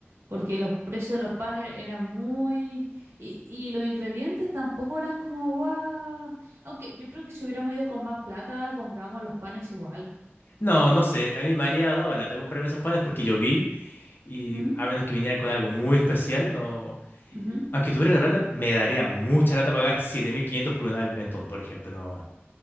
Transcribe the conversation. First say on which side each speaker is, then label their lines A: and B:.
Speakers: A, on the right (about 70°); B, on the left (about 50°).
A: porque los precios de los panes eran muy... Y, y los ingredientes tampoco eran como, guau. Aunque yo creo que si hubiéramos ido con más plata, comprábamos los panes igual.
B: No, no sé, a mí me habría dado lata comprarme esos panes porque yo vi y
A: ¿Mm?
B: a menos que vinieran con algo muy especial, no.
A: Ujú.
B: Aunque tuviera la plata, me daría mucha lata pagar 7.500 por una de pimentón, por ejemplo. No,